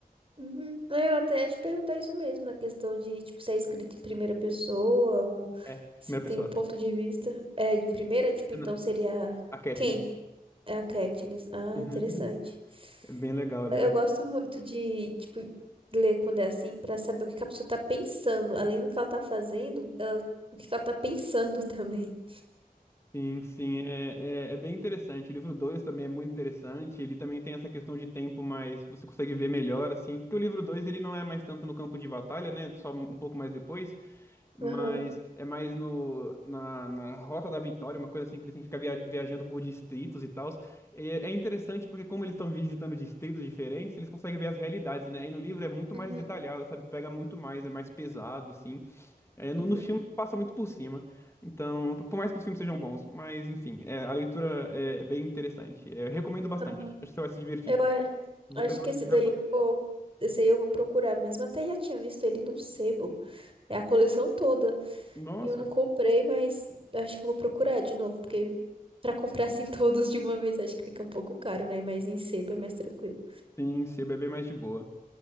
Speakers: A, on the right (about 35°); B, on the left (about 15°).
A: Uhum. É, Eu até ia te perguntar isso mesmo, na questão de, tipo, se é escrito em primeira pessoa ou
B: É,
A: se
B: primeira
A: tem
B: pessoa.
A: o ponto de vista. É, em primeira, tipo,
B: É
A: então
B: na-
A: seria
B: A Katniss.
A: quem? É a Katniss. Ah,
B: <laughs> Uhum.
A: interessante.
B: É bem legal, é
A: É,
B: bem legal.
A: Eu gosto muito de, tipo, ler quando é assim pra saber o que que a pessoa tá pensando. Além do que ela tá fazendo, ela- o que que ela tá pensando <laughs> também.
B: Sim, sim, é, é, é bem interessante. O livro 2 também é muito interessante. Ele também tem essa questão de tempo, mas você consegue ver melhor, assim. Porque o livro 2 ele não é mais tanto no campo de batalha, né? Só um pouco mais depois. Mas
A: Aham.
B: é mais no, na, na Rota da Vitória, uma coisa assim que eles têm que ficar via- viajando por distritos e tal. É, é interessante porque, como eles estão visitando distritos diferentes, eles conseguem ver as realidades, né? E no livro é muito mais
A: Uhum.
B: detalhado, sabe? Pega muito mais, é mais pesado, assim. É, no,
A: Uhum.
B: no filme passa muito por cima. Então, por mais que os filmes sejam bons, mas enfim, é, a leitura é bem interessante. É, eu recomendo bastante,
A: Aham.
B: acho acho que você vai se divertir.
A: Eu a-
B: Vou
A: acho
B: pegar
A: que
B: o livro
A: esse
B: do
A: daí
B: repórter.
A: eu vou, esse aí eu vou procurar mesmo. Até já tinha visto ele num sebo. É a coleção toda.
B: Nossa,
A: E eu não comprei, mas acho que eu vou procurar de novo, porque pra comprar assim <laughs> todos de uma vez acho que fica um pouco caro, né? Mas em sebo é mais tranquilo.
B: sim, CBB mais de boa.